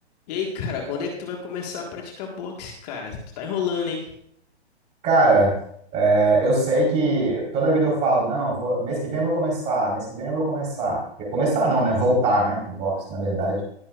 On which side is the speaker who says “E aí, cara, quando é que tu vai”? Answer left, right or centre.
Left